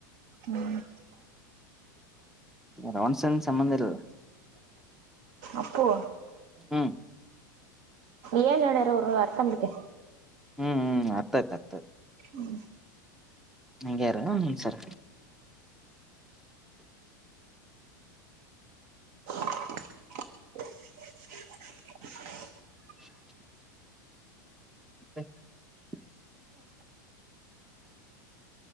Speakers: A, on the right (about 55°); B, in the centre.
A: ಹ್ಮ್
B: ರಾಸನ್ ಸಂಬಂಧ ಇಲ್ಲ.
A: ಅಪ್ಪು
B: ಹ್ಮ.
A: ಏನ್ ಹೇಳ್ಯಾರ ಅವರು ಅರ್ಥ ಮಾಡ್ಕ.
B: ಹ್ಮ ಹ್ಮ ಅರ್ಥ ಆಯ್ತ ಆತ.
A: ಹ್ಞೂ.
B: ಹಂಗೆ ಇರ ಸರ
A: <inaudible>
B: <inaudible>